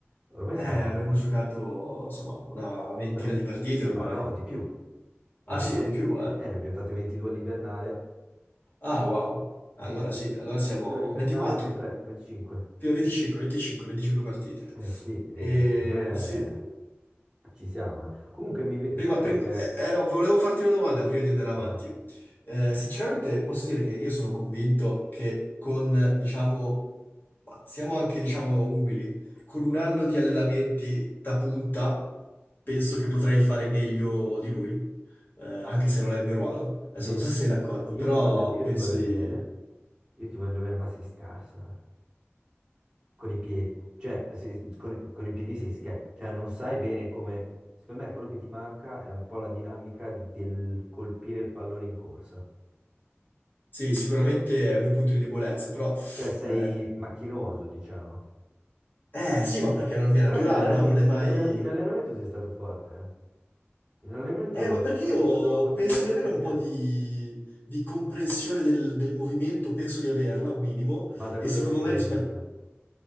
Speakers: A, on the right (about 20°); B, on the left (about 45°).
A: Ormai
B: Eh,
A: siamo
B: avremmo giocato, insomma, una ventina
A: 30...
B: di partite ormai.
A: Ma no, di più. Ne
B: Ah
A: abbiamo
B: sì,
A: fatte,
B: di più,
A: eh,
B: eh?
A: eh, ne abbiamo fatte 22 all'invernale.
B: Ah, wow.
A: 22,
B: Allora sì, allora siamo
A: 22 all'invernale
B: 24,
A: più 3, 25.
B: più 25, 25, 25 partite.
A: Eh sì, eh,
B: E
A: secondo me
B: sì,
A: ci siamo. eh. Comunque, mi ve-
B: prima,
A: sai perché?
B: prima- eh, no, volevo farti una domanda prima di andare avanti.
A: Vai,
B: Eh, sinceramente posso dire che io sono convinto che con, diciamo, ma siamo anche, diciamo, umili, con un anno di allenamenti da punta, penso che potrei fare meglio di lui, Eh, anche se non è il mio ruolo. Adesso
A: Mir-
B: non so se sei d'accordo,
A: io
B: però
A: ti voglio, io
B: penso
A: ti voglio
B: di
A: bene, io ti voglio bene, ma sei scarso, eh. Con i piedi, cioè, se- con, con i piedi sei scarso, cioè non sai bene come... Secondo me quello che ti manca è un po' la dinamica del colpire il pallone in corsa.
B: Sì, sicuramente è un mio punto di debolezza, però...
A: Cioè sei
B: Eh,
A: macchinoso, diciamo.
B: eh, sì, ma perché non mi è naturale,
A: Però in, allena-
B: no?
A: in-
B: Non è mai...
A: in allena- in allenamento sei stato forte, eh. In allenamento,
B: Eh, ma perché
A: quando,
B: io
A: quando abbiamo fatto
B: penso
A: gli allenamenti
B: di avere
A: insieme...
B: un po' di, di comprensione del, del movimento, penso di averla, un minimo,
A: Ma da
B: e
A: cosa
B: secondo
A: deriva
B: me rispetto...
A: secondo te? La